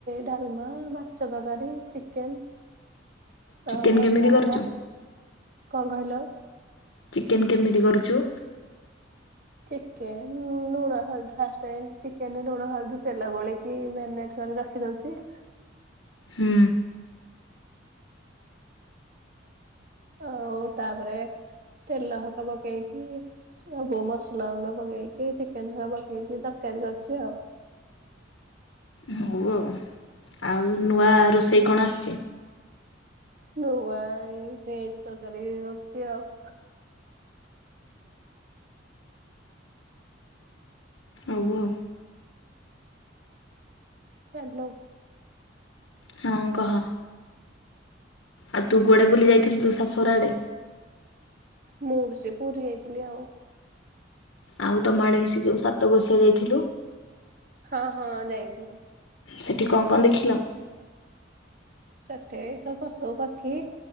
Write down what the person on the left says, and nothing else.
ଚିକେନ୍
କେମିତି
କରୁଛୁ
ଚିକେନ୍ କେମିତି କରୁଛୁ?
ହୁଁ।
ହଉ ଆଉ ଆଉ ନୂଆ ରୋଷେଇ କଣ ଆସିଛି?
ଆଉ ଆଉ।
ହଁ କହ। ଆଉ ତୁ କୁଆଡ଼େ ବୁଲି ଯାଇଥିଲୁ ତୋ ଶାଶୁହର ଆଡ଼େ?
ଆଉ ତମ ଆଡେ ସେ ଯୋଉ ସାତ କୋଷିଆ ଯାଇଥିଲୁ?
ସେଠି କ କ ଦେଖିଲ?